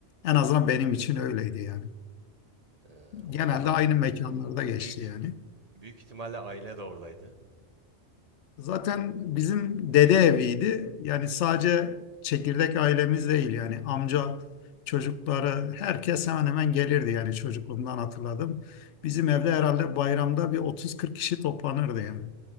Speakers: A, on the left; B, on the right.
A: En azından benim için öyleydi yani.
B: E, orada
A: Genelde
B: zaten
A: aynı mekanlarda geçti
B: büyük
A: yani.
B: büyük ihtimalle aile de oradaydı.
A: Zaten bizim dede eviydi. Yani sadece çekirdek ailemiz değil yani amca çocukları herkes hemen hemen gelirdi yani çocukluğumdan hatırladım. Bizim evde herhalde bayramda bir 30-40 kişi toplanırdı yani.